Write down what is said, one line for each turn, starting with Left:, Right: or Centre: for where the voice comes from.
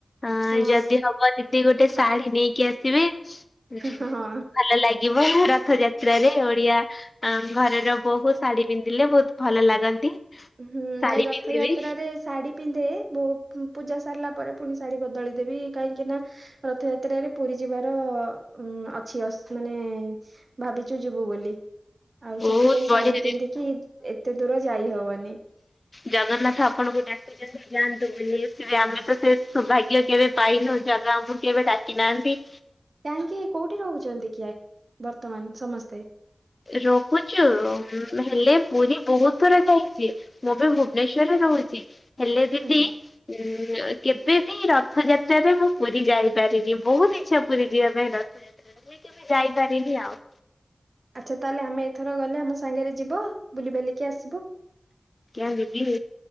Left: ଆଁ
Right: ହଁ
Left: ଯଦି ହବ ଦିଦି ଗୋଟେ ଶାଢ଼ୀ ନେଇକି ଆସିବେ ଭଲ
Right: ହଁ।
Left: ଲାଗି ଲାଗିବ। ରଥଯାତ୍ରାରେ ଓଡିଆ ଘରର ବୋହୂ ଶାଢୀ ପିନ୍ଧିଲେ ବହୁତ ଭଲ ଲାଗନ୍ତି।
Right: ହୁଁ
Left: ଶାଢୀ
Right: ନାଇଁ ରଥଯାତ୍ରାରେ
Left: ପିନ୍ଧିବି
Right: ଶାଢୀ ପିନ୍ଧେ ବହୁ ପୂଜା ସାରିଲା ପରେ ପୁଣି ଶାଢୀ ବଦଳିଦେବି କାହିଁକି ନା ରଥଯାତ୍ରାରେ ପୁରୀ ଯିବାର ଉଁ ଅଛି ଅସ୍ ମାନେ ଭାବିଛୁ ଯିବୁ ବୋଲି। ଆଉ
Left: ବହୁତ
Right: ସେଥିପାଇଁ
Left: ବଢିଆ
Right: ଶାଢୀ ପିନ୍ଧିକି ଏତେ ଦୂର ଯାଇ ହବନି।
Left: ଜଗନ୍ନା ଆପଣଙ୍କୁ ଡାକୁଚନ୍ତି ଯାଆନ୍ତୁ ବୁଲି ଆସିବେ ଆମେ ତ ସେ ସୌଭାଗ୍ୟ କେବେ ପାଇନୁ ଜଗା ଆମକୁ କେବେ ବେ ଡାକି ନାହାନ୍ତି।
Right: କାହିଁକି କୋଉଠି ରହୁଛନ୍ତି କି ଆ ବର୍ତ୍ତମାନ ସମସ୍ତେ?
Left: ରହୁଛୁ ହେଲେ ପୁରୀ ବହୁତ ଥର ଯାଇଛି ମୁଁ ବି ଭୁବନେଶ୍ଵରରେ ରହୁଛି। ହେଲେ ଦିଦି
Right: ଆଛା
Left: ଉଁ କେବେବି ର ରଥଯାତ୍ରାରେ ମୁଁ ପୁରୀ ଯାଇପାରିନି ବହୁତ ଇଚ୍ଛା ପୁରୀ ଯିବା ପାଇଁ ରଥଯାତ୍ରା ରେ। କେବେ ଯାଇପାରିନି ଆଉ।
Right: ଆଚ୍ଛା ତାହେଲେ ଆମେ ଏଥର ଗଲେ ଆମ ସାଙ୍ଗରେ ଯିବ ବୁଲିିବାଲିକି ଆସି
Left: ଆଜ୍ଞା ଦିଦି।